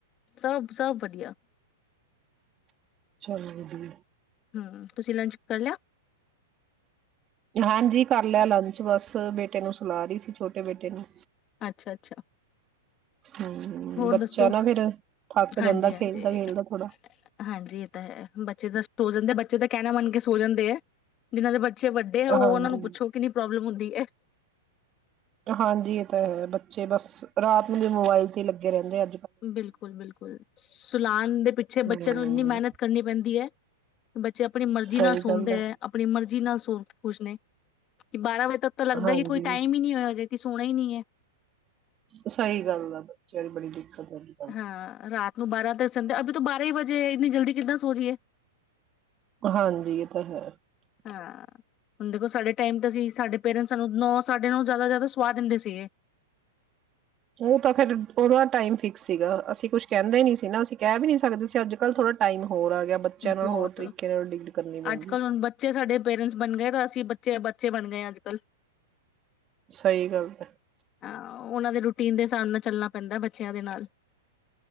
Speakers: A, on the left (about 30°); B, on the right (about 25°).
A: ਸਭ ਸਭ ਵਧੀਆ
B: <unintelligible>
A: ਹੂੰ ਤੁਸੀਂ ਲੰਚ ਕਰ ਲਿਆ।
B: ਹਾਂਜੀ ਕਰ ਲਿਆ ਲੰਚ ਬਸ ਬੇਟੇ ਨੂੰ ਸੁਲਾ ਰਹੀ ਸੀ। ਛੋਟੇ ਬੇਟੇ ਨੂੰ
A: ਅੱਛਾ ਅੱਛਾ
B: ਹਮ
A: ਹੋਰ
B: ਬੱਚਾ
A: ਦੱਸੋ
B: ਨਾ ਫੇਰ ਥੱਕ
A: ਹਾਂਜੀ
B: ਜਾਂਦਾ
A: ਹਾਂਜੀ
B: ਖੇਲਦਾ ਖੇਲਦਾ ਥੋੜਾ
A: ਹਾਂਜੀ ਇਹ ਤਾਂ ਹੈ। ਬੱਚੇ ਤਾਂ ਸੋ ਜਾਂਦੇ ਬੱਚੇ ਤਾਂ ਕਹਿਣਾ ਮੰਨ ਕੇ ਸੋ ਜਾਂਦੇ ਹੈ। ਜਿਹਨਾਂ ਦੇ ਬਡ ਵੱਡੇ ਆ ਉਹ
B: ਹਾਂਜੀ
A: ਉਹਨਾਂ ਨੂੰ ਪੁੱਛੋ ਕਿੰਨੀ ਪ੍ਰੋਬਲਮ ਹੁੰਦੀ ਹੈ।
B: ਹਾਂਜੀ ਇਹ ਤਾਂ ਹੈ ਬੱਚੇ ਬਸ ਰਾਤ ਨੂੰ ਵੀ ਮੋਬਾਇਲ ਤੇ ਲੱਗੇ ਰਹਿੰਦੇ ਆ।
A: ਬਿਲਕੁਲ ਬਿਲਕੁਲ ਸੁਲਾਨ ਦੇ ਪਿੱਛੇ ਬੱਚਿਆਂ
B: ਹਮ
A: ਨੂੰ ਇੰਨੀ ਮਿਹਨਤ ਕਰਨੀ ਪੈਂਦੀ ਏ। ਬੱਚੇ ਆਪਣੀ ਮਰਜ਼ੀ
B: ਸਹੀ
A: ਨਾਲ ਸੌਂਦੇ
B: ਗੱਲ ਹੈ
A: ਏ। ਆਪਣੀ ਮਰਜ਼ੀ ਜੀ ਨਾਲ ਸੋਣ ਖੁਸ਼ ਨੇ ਕਿ ਬਾਰਾਂ ਵਜੇ ਤਾਂ ਲੱਗਦਾ
B: ਹਾਂਜੀ
A: ਕਿ ਕੋਈ ਟਾਈਮ ਈ ਨਹੀਂ ਹੋਇਆ ਹੋਜੇ ਸੋਣਾ ਹੀ ਨਹੀਂ ਹੈ
B: ਸਹੀ ਗੱਲ ਆ ਬੱਚਿਆਂ ਬੜੀ ਦਿੱਕਤ ਹੈਗੀ ਕੱਲ
A: ਹਾਂ ਰਾਤ ਨੂੰ ਬਾਰਾਂ ਦੱਸਣ ਦੇ ਅਭੀ ਤੋਂ ਬਾਰਾਂ ਵਜੇ ਇਤਨੀ ਜਲਦੀ। ਕਿੱਦਾਂ ਸੋਜੀਏ
B: ਹਾਂਜੀ ਇਹ ਤਾਂ ਹੈ
A: ਹਾਂ ਹੁਣ ਦੇਖੋ ਸਾਡੇ ਟਾਈਮ ਤਾਂ ਅਸੀਂ ਸਾਡੇ ਪੇਰੈਂਟਸ ਸਾਨੂੰ ਨੌ ਸਾਢੇ ਨੌ ਜ਼ਿਆਦਾ-ਜ਼ਿਆਦਾ ਸਵਾ ਦਿੰਦੇ ਸੀਗੇ।
B: ਉਹ ਤਾਂ ਫੇਰ ਉਹਦਾ ਟਾਈਮ ਫਿਕਸ ਸੀਗਾ ਅਸੀਂ ਕੁਛ ਕਹਿੰਦੇ ਨਹੀਂ ਸੀ ਨਾ ਅਸੀਂ ਕਹਿ ਵੀ ਨਹੀਂ ਸਕਦੇ ਸੀ। ਅੱਜ ਕੱਲ੍ਹ ਥੋੜਾ ਟਾਈਮ ਹੋਰ ਆ ਗਿਆ ਬੱਚਿਆਂ ਨਾਲ
A: ਬਹੁਤ
B: ਹੋਰ ਤਰੀਕੇ ਨਾਲ ਡੀਲ ਕਰਨੀ ਪੈਂਦੀ
A: ਅੱਜ ਕੱਲ੍ਹ ਹੁਣ ਬੱਚੇ ਸਾਡੇ ਪੇਰੈਂਟਸ ਬਣ ਗਏ ਤਾਂ ਅਸੀਂ ਬੱਚੇ ਬੱਚੇ ਬਣ ਗਏ ਅੱਜ ਕੱਲ੍ਹ
B: ਸਹੀ ਗੱਲ ਤਾਂ
A: ਹਾਂ ਉਹਨਾਂ ਦੇ ਰੂਟੀਨ ਦੇ ਹਿਸਾਬ ਨਾਲ ਚੱਲਣਾ ਪੈਂਦਾ ਬੱਚਿਆਂ ਦੇ ਨਾਲ